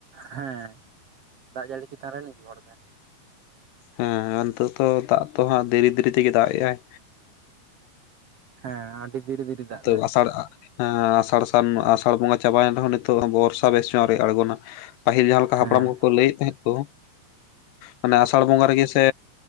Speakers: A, on the right (about 70°); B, on the left (about 80°).
A: ᱦᱮᱸ ᱫᱟᱜ ᱡᱟᱹᱲᱤ ᱪᱮᱛᱟᱱ ᱨᱮᱭ ᱱᱤᱨᱵᱷᱚᱨ ᱮᱫᱟᱭ᱾
B: ᱦᱮᱸ ᱱᱤᱛᱚᱜ ᱫᱚ ᱫᱟᱜ ᱫᱚ ᱦᱟᱸᱜ ᱫᱷᱤᱨᱤ ᱫᱷᱤᱨᱤ ᱛᱮᱜᱮ ᱫᱟᱜ ᱮᱜᱼᱟᱭ᱾
A: ᱦᱮᱸ ᱟᱹᱰᱤ ᱵᱤᱨᱮᱼᱵᱤᱨᱤ ᱫᱟᱜ
B: ᱛᱚ
A: ᱮᱫᱟᱭ᱾
B: ᱟᱥᱟᱲ ᱟᱥᱟᱲ ᱥᱟᱱ ᱟᱥᱟᱲ ᱵᱚᱸᱜᱟ ᱪᱟᱵᱟᱭᱮᱱ ᱨᱮᱦᱚᱸ ᱱᱤᱛᱚᱜ ᱵᱚᱨᱥᱟ ᱵᱮᱥ ᱧᱚᱜ ᱱᱤᱛᱦᱚᱸ ᱟ. ᱣᱨᱤ ᱟᱬᱜᱚᱱᱟ᱾ ᱯᱟᱹᱦᱤᱞ ᱡᱟᱦᱟᱸ ᱞᱮᱠᱟ
A: ᱦᱮᱸ
B: ᱦᱟᱯᱲᱟᱢ ᱠᱚᱠᱚ ᱞᱟᱹᱭᱮᱫ ᱛᱟᱦᱮᱸᱫ ᱠᱚ ᱢᱟᱱᱮᱼᱼ ᱵᱚᱸᱜᱟ ᱨᱮᱜᱮ ᱥᱮ